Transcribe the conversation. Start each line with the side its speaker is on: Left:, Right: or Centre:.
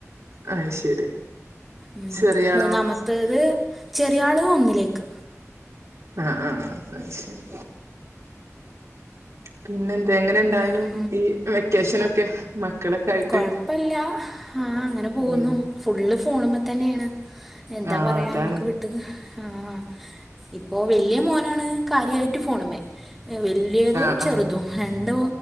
Right: അത് ശരി
Centre: ഉം
Right: ചെറിയാളോ
Centre: മൂന്നാമത്തത് ചെറിയാള് ഒന്നിലേക്ക്
Right: ആഹ് അ അ അത് ശരി പിന്നെ എന്താ എങ്ങനെ ഇണ്ടായിനു
Centre: ഉം
Right: ഈ വെക്കേഷനൊക്കെ മക്കളൊക്കെ ആയിട്ട്
Centre: കൊഴപ്പല്ല ആ അങ്ങനെ പോകുന്നു
Right: ഉം
Centre: ഫുള്ള് ഫോണുമ്മ തന്നെയാണ് എന്താ
Right: ആഹ്
Centre: പറയാ
Right: അതാണ്
Centre: നമുക്ക് വിട്ട് ആഹ് ഇപ്പോ വലിയ മോനാണ് കാര്യായിട്ട് ഫോണുമ്മേ വലിയതും
Right: ആഹ്
Centre: ചെറുതും
Right: ആഹ്
Centre: രണ്ട്